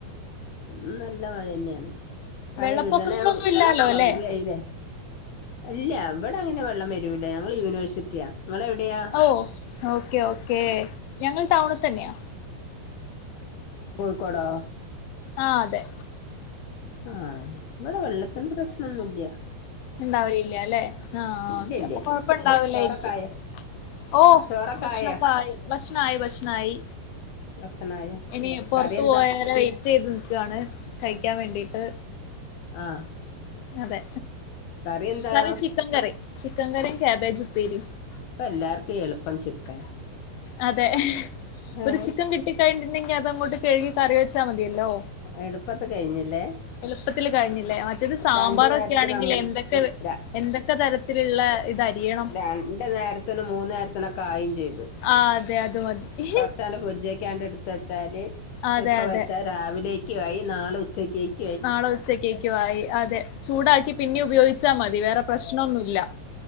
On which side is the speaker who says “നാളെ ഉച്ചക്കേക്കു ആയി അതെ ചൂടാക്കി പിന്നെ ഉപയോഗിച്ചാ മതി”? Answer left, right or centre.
Left